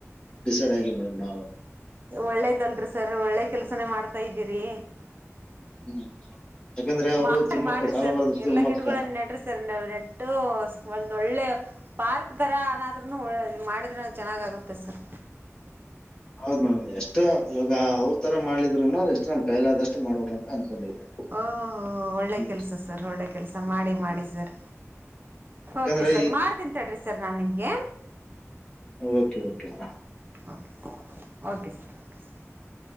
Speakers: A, on the left; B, on the right.
A: ಡಿಸೈಡ್ ಆಗಿವ ಮೇಡಂ ನಾವು
B: ಒಳ್ಳೇದಲ್ರಿ ಸರ್ ಒಳ್ಳೆ ಕೆಲ್ಸನೇ ಮಾಡ್ತಾ ಇದ್ದೀರಿ
A: ಹ್ಮ್ ಯಾಕಂದ್ರೆ ಅವರು
B: ಮಾಡ್ರಿ
A: ತಿಮ್ಮಕ್ಕ
B: ಮಾಡ್ರಿ
A: ಸಾಲುಮರದ
B: ಸರ್ ಎಲ್ಲಾ
A: ತಿಮ್ಮಕ್ಕ
B: ಗಿಡಗಳನ್ನ ನೆಡ್ರಿ ಸರ್ ನೆಟ್ಟು ಒಂದ ಒಳ್ಳೆ ಪಾರ್ಕ್ ತರಾ ಅನಾದನು ಮಾಡಿದ್ರ ಚೆನ್ನಾಗಾಗುತ್ತೆ ಸರ್
A: ಹೌದ್ ಮೇಡಂ ಎಷ್ಟು ಇವಾಗ ಅವ್ರ ತರಾ ಮಾಡಿದಿದ್ರು ಎಷ್ಟು ನಮ್ ಕೈಲಾದಷ್ಟು ಮಾಡ್ಬೇಕಂತ ಅನ್ಕೊಂಡಿದ್ದೆ
B: ಓ ಒಳ್ಳೆ
A: ಹ್ಮ್
B: ಕೆಲ್ಸ ಸರ್ ಒಳ್ಳೆ ಕೆಲ್ಸ ಮಾಡಿ ಮಾಡಿ ಸರ್
A: ಯಾಕಂದ್ರೆ
B: ಓಕೆ ಸರ್
A: ಈ
B: ಮಾಡ್ತೀನ್ ತಡ್ರಿ ಸರ್ ನಾ ನಿಮಗೆ
A: okay okay madam
B: okay sir okay sir okay sir